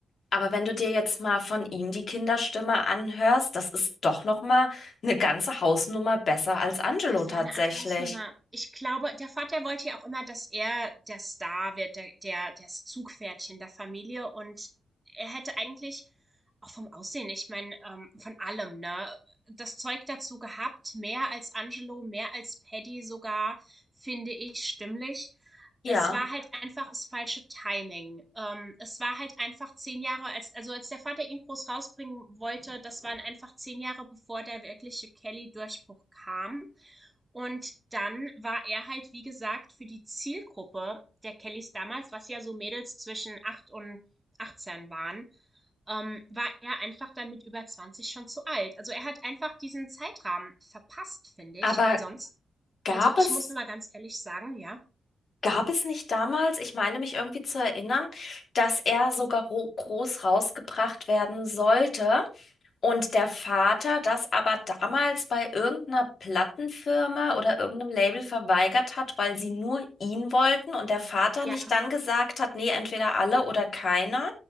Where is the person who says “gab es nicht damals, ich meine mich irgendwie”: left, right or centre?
Left